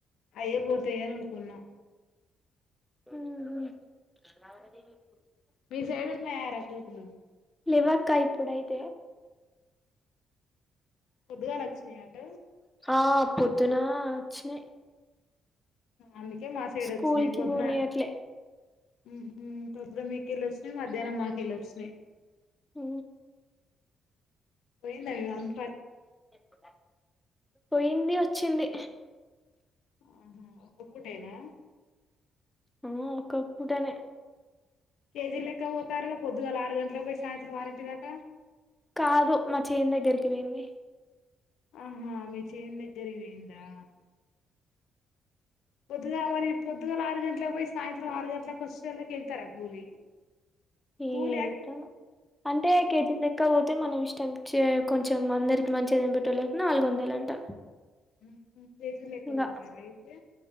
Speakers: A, on the left (about 80°); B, in the centre.
A: అయ్యే పోతాయ్ అని ఊకున్నా
B: ఊహూ
A: మీ సైడ్ ఉన్నాయా రా కోతులు
B: లేవ్వక్కా ఇప్పుడైతే
A: పొద్దుగా లొచ్చినయట
B: ఆ పొద్దున వచ్చినాయి
A: అందుక్ కే మాసైడొచ్చినయి
B: స్కూల్ కి
A: పొద్దున్న
B: పోనీయట్లే
A: ఊహూ టబ్బుడు మీకెళ్ళొచ్చినయి మధ్యాహ్నం మాకెళ్ళొచ్చినయి
B: ఊ
A: పోయిందనీ అమ్
B: పడా పొయ్యింది వచ్చింది
A: ఆహ ఒక్క పూటేనా
B: ఆ ఒకప్పుటనే
A: కేజీ ల్లెక్క పోతారుగా పొద్దుగాల ఆరుగన్ లో బొయ్ సాయంత్రం ఆరింటి దాకా
B: కాదు మా చేన్ దగ్గరికి పోయింది
A: ఆహా మీ చేన్ దగ్గరికి పోయిందా పొద్దుగా మరి పొద్దుగాల ఆరు గంటలకుకి పోయి సాయంత్రం ఆరు గంటలకు వచ్చేళ్ళకి ఎంతరా కూలి
B: ఏ
A: కూలి
B: ఏంత అంటే కేజీ లెక్క పోతు తే మనం ఇష్టం కొంచెం అందరికి మంచిదిద ఏం పెట్టలేకు నాలుగు వందేలు అంట
A: ఉమ్ ఉమ్ చేజలే
B: ఇంగా
A: తగుతారా అయితే